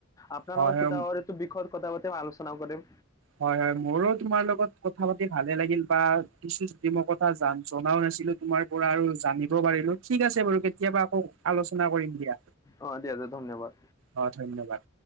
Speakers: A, on the left; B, on the right.
A: আপোনাৰ
B: হয়
A: লগত কেতিয়াবা
B: হয়
A: এইটো বিষয়ত কথা পাতি আলোচনা কৰিম।
B: হয় হয়। মোৰো তোমাৰ লগত কথা পাতি ভালে লাগিল বা কিছু যদি মই কথা জনাও নাছিলো তোমাৰ পৰা আৰু জানিব পাৰিলোঁ। ঠিক আছে বাৰু কেতিয়াবা আকৌ আলোচনা কৰিম। দিয়া।
A: অ দিয়া দিয়া ধন্যবাদ।
B: অ, ধন্যবাদ।